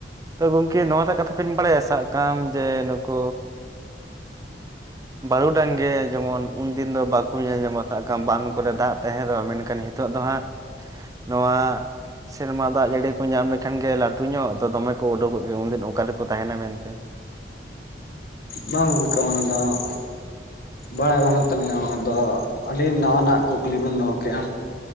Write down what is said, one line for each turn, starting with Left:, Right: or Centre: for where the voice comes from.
Right: ᱛᱚ ᱜᱚᱝᱠᱮ ᱱᱚᱣᱟᱴᱟᱜ ᱠᱟᱛᱷᱟ ᱵᱤᱱ ᱵᱟᱲᱟᱭᱟ ᱥᱟᱵ ᱠᱟᱜᱟᱢ ᱡᱮ ᱱᱩᱠᱩ ᱵᱟᱨᱩᱰᱟᱝ ᱜᱮ ᱡᱮᱢᱚᱱ ᱩᱱᱫᱤᱱ ᱫᱚ ᱵᱟᱠᱚ ᱧᱮ ᱧᱟᱢᱚᱜᱼᱟ ᱥᱟᱵᱠᱟᱜ ᱟᱢ ᱵᱟᱸᱫᱷ ᱠᱚᱨᱮ ᱫᱟᱜ ᱛᱟᱦᱮᱸ ᱫᱚᱜᱼᱟ ᱢᱮᱱᱠᱷᱟᱱ ᱦᱤᱛᱚᱜ ᱫᱚ ᱦᱟᱸᱜ ᱱᱚᱣᱟ ᱥᱮᱨᱢᱟ ᱫᱟᱜ ᱡᱟᱹᱲᱤ ᱧᱟᱢ ᱞᱮᱠᱷᱟᱱ ᱜᱮ ᱞᱟᱹᱴᱩ ᱧᱚᱜ ᱛᱚ ᱫᱚᱢᱮ ᱠᱚ ᱩᱰᱩᱠᱚᱜ ᱜᱮᱭᱟ ᱩᱱᱫᱤᱱ ᱚᱠᱟ ᱨᱮᱠᱚ ᱛᱟᱦᱮᱱᱟ ᱢᱮᱱᱛᱮ
Left: ᱵᱟᱝ ᱜᱚᱢᱠᱮ ᱚᱱᱟ ᱫᱚ ᱾ ᱵᱟᱲᱟᱭ ᱵᱟᱹᱱᱩᱜ ᱛᱟᱹᱞᱤᱧᱟᱹ ᱟᱫᱚ, ᱟᱹᱰᱤ ᱱᱟᱣᱟᱱᱟᱜ ᱠᱩᱠᱞᱤ ᱵᱚᱱ ᱫᱚᱦᱚ ᱠᱮᱫᱼᱟ?